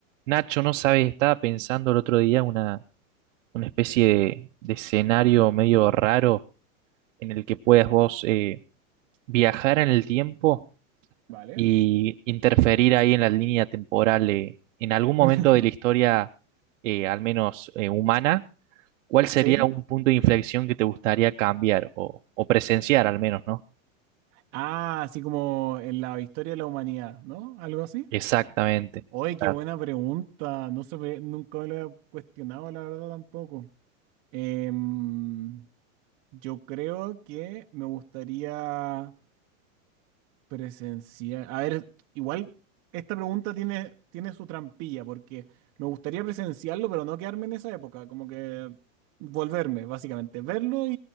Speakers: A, on the right; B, on the right.
A: Nacho, no sabes, estaba pensando el otro día una, una especie de, de escenario medio raro en el que puedas vos eh, viajar en el tiempo
B: Vale.
A: y interferir ahí en la línea temporal. eh, en algún momento
B: <laughs>
A: de la historia, eh, al menos eh, humana, ¿cuál sería
B: ¿Sí?
A: un punto de inflexión que te gustaría cambiar o, o presenciar al menos, ¿no?
B: Ah, así como en la historia de la humanidad, ¿no? ¿Algo así?
A: Exactamente.
B: Oye,
A: Claro,
B: qué buena pregunta. No se me- nunca me lo había cuestionado, la verdad, tampoco. Em, yo creo que me gustaría presenciar. A ver, igual esta pregunta tiene, tiene su trampilla, porque me gustaría presenciarlo, pero no quedarme en esa época. Como que volverme, básicamente. Verlo y,